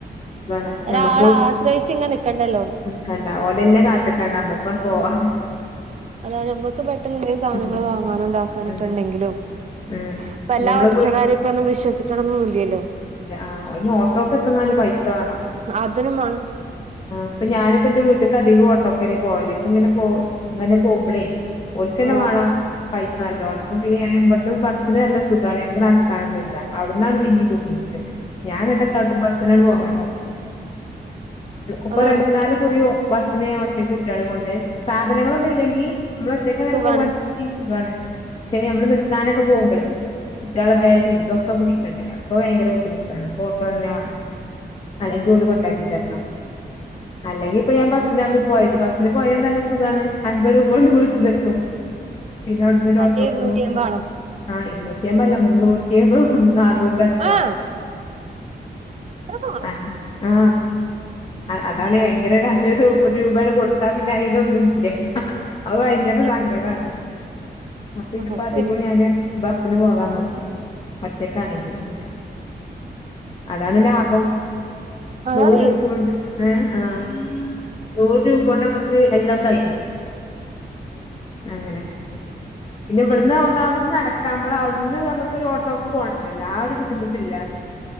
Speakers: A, on the left (about 30°); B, on the right (about 40°).
A: സുഖാണ്
B: ഒരാള
A: ഞമ്മക്ക്
B: ആശ്രയിച്ച് ഇങ്ങനെ നിക്കണ്ടല്ലോ
A: നിക്കണ്ട ഓലഞ്ഞെ കാത്ത്നിക്കണ്ട നമ്മുക്കാണ്ട് പോവാ
B: ഉം അതാണ് നമ്മുക്ക് പെട്ടെന്ന് എന്തെങ്ക സാധനങ്ങൾ
A: ഉം
B: വാങ്ങാനോതാക്കാന
A: ഉം
B: ഒക്കെ ഉണ്ടെങ്കിലും
A: ഉം
B: ഇപ്പ
A: പിന്നെ
B: എല്ലാ
A: നമ്മള്
B: ഓട്ടോറിക്ഷക്കാരും ഇപ്പൊന്നും വിശ്വസിക്കണമൊന്നില്ലല്ലോ
A: അ അയിന് ഓട്ടോക്കെ എത്രങ്ങാനും പൈ പൈസ വേണം
B: അതിനും വേണം
A: ഇപ്പൊ ഞാനിപ്പോ ഇന്റെ വീട്ട ഇക്ക അധികം ഓട്ടോക്കഴിഞ് പോവല് ഇപ്പൊ ഇങ്ങനെ പോ ഇങ്ങനെ പോവുമ്പള് ഓൽക്കഞ്ഞേ
B: ആഹ്
A: വേണം പൈസ നല്ലോണം അപ്പൊ പിന്നെ ഇവിടുന്ന് ബസ്സിന് നല്ല സുഖമാണ് ഞക്ക് നടക്കാനന്നില്ല അവിടന്നാണ് പിന്ന ബുദ്ധിമുട്ട് ഞാൻഇന്നിട്ട് എന്താട്ടും ബസ്സിനാണ് പോകാൻ നോക്കും ഇപ്പൊ
B: അതാണ്
A: രണ്ടു മൂന്നാല് കുറി ബസ്സിന് ഞാന് ഒറ്റക്ക് കുട്ട്യാളീം കൊണ്ട് സാധനങ്ങളൊന്നും ഇല്ലങ്കിൽ നമ്മൾ ഒറ്റയ്ക്ക് അങ്ങനെ
B: സുഖാണ്
A: പോവാണെ ചെങ്കി സുഖാണ് പക്ഷെ നമ്മള് നിക്കാനൊക്കെ പോകുമ്പോള് കുട്ട്യാളെ
B: ആഹ്
A: ബാഗും ഇന്തൊക്കെ പിടിക്കണ്ടേ അപ്പൊ ഭയങ്കര ബു ബുദ്ധിമുട്ടാണ് അപ്പൊ ഓട്ടഞ്ഞെ വേണം അല്ലെങ്കിൽ ഓൽ കൊണ്ടാക്കി തരണം അല്ലെങ്കി ഇപ്പൊ
B: അങ്ങനെ
A: ഞാൻ ബസ്സിനാ ഇപ്പൊ പോയത് ബസ്സിന് പോയാ നല്ല സുഖാണ് അൻപത് രൂപണ്ട് വീട്ടിലെത്തും പിന്നെ അവിടന്ന് ഒരു
B: മറ്റേ
A: ഓട്ടോക്ക്
B: ഇരുന്നൂറ്റി
A: നോ
B: അമ്പാണോ
A: ആ ഇരു ഏമ്പല അല്ല മുന്നൂറ്റിഅയ്മ്പത് നാന്നൂറിന്റെ അടുത്ത്
B: ആഹ്
A: വേണം
B: അത്രക്കാണോ
A: അ ആ അതാണ് ഭയങ്കര ഒരു അഞ്ഞൂറ് ഒരു രൂപയാണ് കൊടുത്താ പിന്നെ അയിഞ് ഒന്നൂല്യ അത് ഭയങ്കര
B: ആഹ്
A: സങ്കടാണ് അപ്പ ഞാൻ
B: അത്
A: അധികം
B: ശരി
A: ഞാന് ബസ്സിന് പോകാൻ നോക്കും ഒറ്റക്കാണെങ്കി ഇങ്ങനെ അതാണ് ലാഭം
B: അതാണേ
A: നൂറ് രൂപോണ്ട് <unintelligible> നൂറുരൂപോണ്ട് നമ്മക്ക് എല്ലാം കഴിയും അങ്ങനെ പിന്ന ഇവിട്ന്ന് ഒണാമത് നടക്കാം മ്പള്ള അവിട്ന്ന് നമുക്ക് ഓട്ടോക്ക് പോകണല്ല ആ ഒരു ബുദ്ധിമുട്ടില്ല